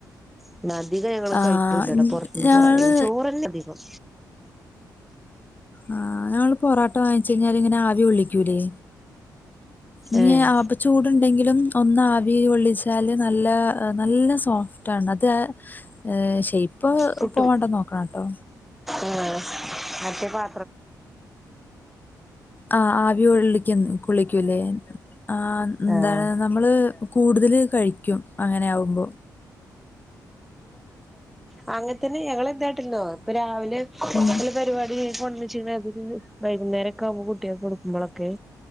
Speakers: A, in the centre; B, on the left.
A: പിന്നെ അധികം ഞങ്ങെള്
B: ആ,
A: കഴിക്കുല്ലട്ടോ
B: ഞ-
A: പൊർത്ത്ന്ന്
B: ഞങ്ങള്
A: കൊറവെന്നെ ചോറെന്നെ അധികം
B: ആഹ് ഞങ്ങെള് പൊറാട്ട വാങ്ങിച്ച് കഴിഞ്ഞാൽ ഇങ്ങനെ ആവി കൊള്ളിക്കൂലെ ഇഞ്ഞ്
A: ഏഹ്
B: അപ്പ ചൂട് ഇൺ ണ്ടെങ്കിലും ഒന്ന് ആവി കൊള്ളിച്ചാൽ നല്ല നല്ല സോഫ്റ്റാണ് അത് ഏഹ് തെ ഷേപ്പ്
A: പ്പുട്ടും
B: പോവാണ്ട് നോക്കണം കേട്ടോ
A: ഏഹ് മറ്റേ പാ
B: ആഹ് ആവി കൊള്ളിക്ക് കൊള്ളിക്കൂലെ ആഹ് ഇന്താണ്
A: ആഹ്
B: നമ്മള് കൂട്തെൽ കഴിക്കും അങ്ങനെ ആകുമ്പോ
A: ആഹ് അങ്ങെൻ ത്തെന്നെ ഞങ്ങെൾ എന്താ കാട്ടെൽന്നോ ഇപ്പ രാവ്
B: ഉം
A: പരിപാടി <unintelligible> അത് വൈകുന്നേരം ഒക്കെ ആവുമ്പോ കുട്ടികൾക്കെ കൊടുക്കുമ്പോളൊക്കെ